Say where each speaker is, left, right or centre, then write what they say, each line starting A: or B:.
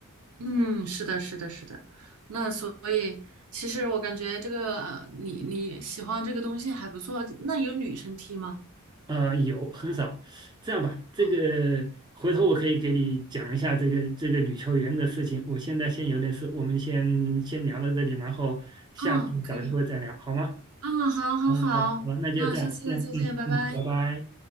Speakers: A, on the right (about 85°); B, on the right (about 20°).
A: 嗯，是的，是的，是的。那所以，其实我感觉这个，呃你你喜欢这个东西还不错。那有女生踢吗？
B: 啊，有很少，这样吧，这个回头我可以给你讲一下这个这个女球员的事情，
A: 嗯，
B: 我现在先有点事，我们先先聊到这里，然后下次找机会再聊，
A: 啊，可以
B: 好吗？
A: 啊，好，好，
B: 哦，
A: 好，
B: 好，好，那就这样，
A: 那下次再见，
B: 先，嗯嗯，
A: 拜拜。
B: 拜拜。